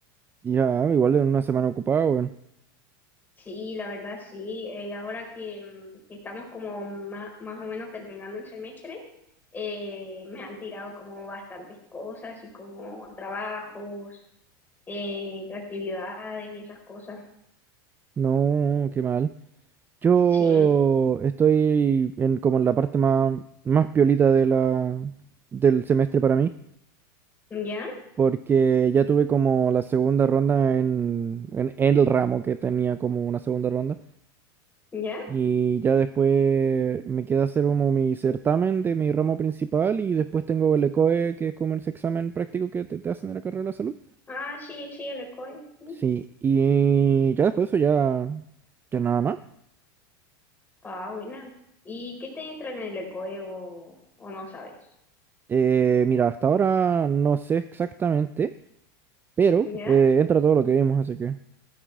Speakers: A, on the right; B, on the left.
A: ya, igual en una semana ocupada, weón.
B: Sí, la verdad sí. Eh, ahora que, mm, que estamos como ma- más, o menos terminando el semestre, eh, me han tirado como bastantes cosas y como trabajos, eh, actividades y esas cosas.
A: No, qué mal. Yo
B: Sí.
A: estoy en, como en la parte más, más piolita de la, del semestre para mí,
B: ¿Ya?
A: porque ya tuve como la segunda ronda en, en, el ramo que tenía como una segunda ronda,
B: ¿Ya?
A: y ya después me queda hacer como mi certamen de mi ramo principal, y después tengo el ECOE, que es como ese examen práctico que te, te hacen en la carrera de la salud.
B: Ah, sí, sí, el ECOE, sí.
A: Sí, y ya después de eso ya, ya nada más.
B: Ah, buena. ¿Y qué te entra en el ECOE o, E o no sabes?
A: Eh, mira, hasta ahora no sé exactamente. Pero
B: ¿Ya?
A: eh, entra todo lo que vimos, así que.